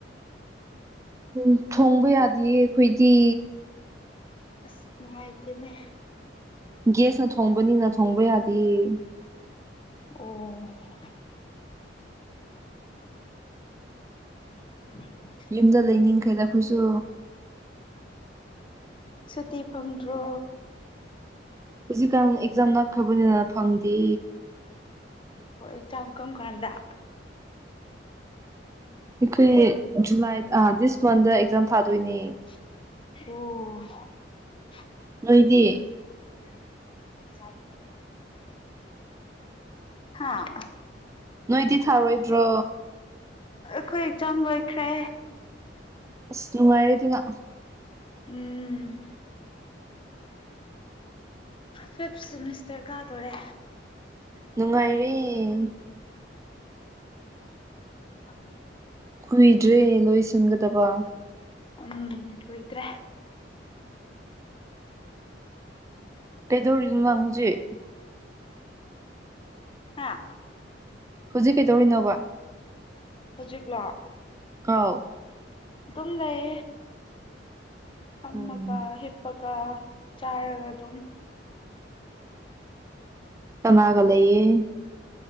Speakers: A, on the right; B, on the left.
A: ꯎꯝ ꯊꯣꯡꯕ ꯌꯥꯗꯤꯌꯦ ꯑꯩꯈꯣꯏꯗꯤ
B: ꯑꯁ ꯅꯨꯡꯉꯥꯏꯇꯦꯅꯦ
A: ꯒꯦꯁꯅ ꯊꯣꯡꯕꯅꯤꯅ ꯊꯣꯡꯕ ꯌꯥꯗꯤꯌꯦ
B: ꯑꯣ <inaudible>
A: ꯌꯨꯝꯗ ꯂꯩꯅꯤꯡꯈ꯭ꯔꯦꯗ ꯑꯩꯈꯣꯏꯁꯨ
B: ꯁꯨꯇꯤ ꯐꯪꯗ꯭ꯔꯣ
A: ꯍꯧꯖꯤꯛꯀꯥꯟ ꯑꯦꯛꯖꯥꯝ ꯅꯛꯈ꯭ꯔꯕꯅꯤꯅ ꯐꯪꯗꯦ
B: ꯑꯣ ꯑꯦꯛꯖꯥꯝ ꯀꯔꯝ ꯀꯥꯟꯗ
A: ꯑꯩꯈꯨꯏ ꯖꯨꯂꯥꯏ ꯑ ꯗꯤꯁ ꯃꯟꯗ ꯑꯦꯛꯖꯥꯝ ꯊꯥꯗꯣꯏꯅꯦ
B: ꯑꯣ
A: ꯅꯣꯏꯗꯤ
B: <inaudible> ꯍꯥꯥ
A: ꯅꯣꯏꯗꯤ ꯊꯥꯔꯣꯏꯗ꯭ꯔꯣ
B: ꯑꯩꯈꯣꯏ ꯑꯦꯛꯖꯥꯝ ꯂꯣꯏꯈ꯭ꯔꯦ
A: ꯑꯁ ꯅꯨꯡꯉꯥꯏꯔꯦ ꯑꯗꯨꯅ
B: ꯎꯝ ꯐꯤꯞ ꯁꯤꯃꯤꯁꯇ꯭ꯔ ꯀꯥꯗꯣꯔꯦ
A: ꯅꯨꯡꯉꯥꯏꯔꯦ
B: <inaudible>
A: ꯀꯨꯏꯗ꯭ꯔꯦ ꯂꯣꯏꯁꯤꯟꯒꯗꯕ
B: ꯎꯝ ꯀꯨꯏꯗ꯭ꯔꯦ
A: ꯀꯩꯗꯧꯔꯤꯅꯣ ꯅꯪ ꯍꯧꯖꯤꯛ
B: ꯍꯥꯥ
A: ꯍꯧꯖꯤꯛ ꯀꯩꯗꯧꯔꯤꯅꯣꯕ
B: ꯍꯧꯖꯀꯥ
A: ꯑꯥꯎ
B: ꯗꯨꯝꯒꯏ ꯑꯃꯀ
A: ꯎꯝ
B: ꯍ ꯍꯥꯄꯒ ꯆꯥꯔꯒ ꯑꯗꯨꯝ
A: ꯀꯅꯥꯒ ꯂꯩꯌꯦꯦ